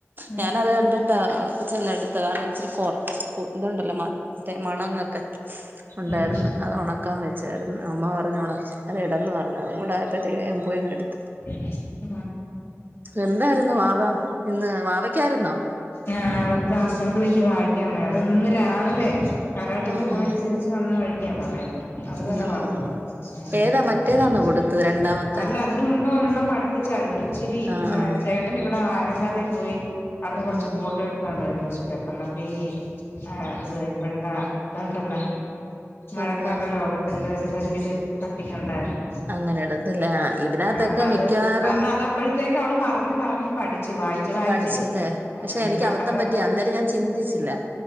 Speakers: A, on the left; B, on the right.
A: ഉം
B: ഞാാന അത് കണ്ടിട്ടാ ചെന്ന് എടുത്ത് കാരണം ഇച്ചിരി കൊറ ഇതുണ്ടല്ലോ മ മണങ്ങൊക്കെ ഉണ്ടാരുന്ന്
A: ഉം
B: അത് ഒണക്കാൻ വെച്ചാരുന്ന് അമ്മ പറഞ്ഞ് ഒണ അത് ഇടന്ന് പറഞ്ഞു അതും കൂടെ ആയപ്പഴ് ത്തേക്ക്ന് ഞാൻ പോയ് ഇങ്ങെട്ത്ത്
A: ഉ <unintelligible>
B: എന്താരുന്നു വാവ ഇന്ന് വാവക്കാരുന്നോ?
A: ആ അവർക്ക് അസംബ്ലിക്ക് വായിക്കാൻ മേ അത് ഇന്ന് രാവിലെ കരാട്ടക്ക്
B: ആഹ്
A: പോയിട്ട്
B: ആഹ്
A: തിരിച്ച് വന്ന വഴിക്കാ പറയുന്നത് അതുവരെ
B: ഉം
A: വാർന്നു
B: ഉം
A: പോയി ഉം
B: ഏതാ മറ്റേതാന്നോ കൊടുത്തത് രണ്ടാമത്തെ
A: അല്ല അതിന്ന്മുമ്പ് ഒരെണ്ണം പഠിപ്പിച്ചോർന്ന് ഒരു ഇച്ചിരി
B: ആഹ് ആഹ്
A: ചേട്ടൻ ഇവിടെ വായന താലേ പോയി അവട്ന്ന് കൊറച്ച്
B: ഉം
A: തോണ്ട ന്യൂസ് പേപ്പർന്ന പയി ഇത് ഇപ്പഴത്തെ ഇത ഉണ്ടല്ല മഴക്കാല
B: എന്തുവാ
A: രോഗത്തിന്റെ ഒരു ചെറിയൊരു കട്ടിങ് ഉണ്ടായിരുന്നു
B: അങ്ങനെ ഇടത്തില്ല ഇതിനകത്തൊക്കെ
A: ആ അപ്പ അത്
B: മിക്കവാറും
A: പറഞ്ഞ അത് അപ്പോഴത്തേക്ക് അവള് പറഞ്ഞ് പറഞ്ഞു പഠിച്ചു വായിച്ചു വായിച്ചേ
B: പഠിച്ചല്ലേ
A: ആ
B: പക്ഷെ
A: ഇനി
B: എനിക്ക്
A: പെട്ടെന്ന്
B: അവത്തം പറ്റി
A: ഒരെണ്ണം
B: അന്നേരം ഞാൻ ചിന്തിച്ചില്ല